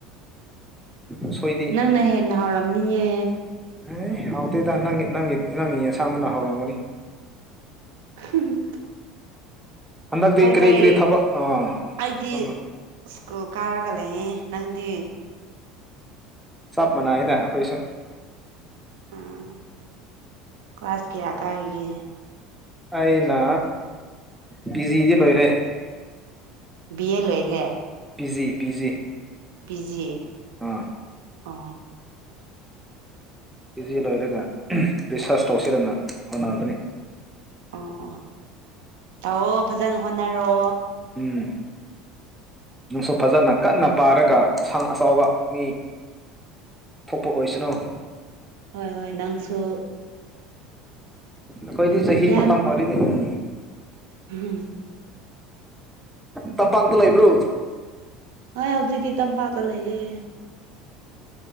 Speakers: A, in the centre; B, on the right.
A: ꯎꯁꯣꯏꯗꯤ
B: ꯅꯪꯅ ꯍꯦꯟꯅ ꯍꯥꯎꯔꯝꯅꯤꯌꯦ
A: ꯑꯦ ꯍꯥꯎꯇꯦꯗ ꯅꯪꯒꯤ ꯅꯪꯒꯤ ꯅꯪꯒꯤ ꯌꯦꯟꯁꯥꯡꯗꯨꯅ ꯍꯥꯎꯔꯝꯒꯅꯤ
B: ꯍ ꯍꯝ
A: ꯍꯟꯗꯛꯇꯤ
B: ꯀꯩꯀꯩ
A: ꯀꯔꯤ ꯀꯔꯤ ꯊꯕꯛ ꯑꯥ
B: ꯑꯩꯗꯤ
A: ꯑꯥ
B: ꯁ꯭ꯀꯨꯜ ꯀꯥꯔꯒ ꯂꯩꯌꯦ ꯅꯪꯗꯤ
A: ꯆꯞ ꯃꯅꯩꯌꯦꯗ ꯑꯩꯈꯣꯏꯁꯨ
B: ꯑꯥ ꯀ꯭ꯂꯥꯁ ꯀꯌꯥ ꯀꯥꯔꯤꯒꯦ
A: ꯑꯩꯅ ꯄꯤꯖꯤꯗꯤ ꯂꯣꯏꯔꯦ
B: ꯕꯤꯑꯦ ꯂꯣꯏꯔꯦ
A: ꯄꯤꯖꯤ ꯄꯤꯖꯤ
B: ꯄꯤꯖꯤ
A: ꯑꯥ
B: ꯑꯣ
A: ꯄꯤꯖꯤ ꯂꯣꯏꯔꯒ ꯔꯤꯁꯥꯔꯁ ꯇꯧꯁꯤꯔꯅ ꯍꯣꯠꯅꯕꯅꯤ
B: ꯑꯣ ꯑꯣ ꯇꯧꯑꯣ ꯐꯖꯅ ꯍꯣꯠꯅꯔꯣ
A: ꯎꯝ ꯅꯡꯁꯨ ꯐꯖꯅ ꯀꯟꯅ ꯄꯥꯔꯒ ꯑꯁꯥꯡ ꯑꯆꯥꯎꯕ ꯃꯤ ꯊꯣꯛꯄ ꯑꯣꯏꯁꯅꯨ
B: ꯍꯣꯏ ꯍꯣꯏ ꯅꯪꯁꯨ
A: ꯑꯩꯈꯣꯏꯗꯤ ꯆꯍꯤ
B: ꯌꯥꯝ
A: ꯃꯇꯝ ꯑꯣꯏꯔꯤꯅꯤ ꯎꯝ
B: ꯎꯝ
A: ꯇꯝꯄꯥꯛꯇ ꯂꯩꯕ꯭ꯔꯣ
B: ꯑꯣꯏ ꯍꯧꯖꯤꯛꯇꯤ ꯇꯝꯄꯥꯛꯇ ꯂꯩꯌꯦ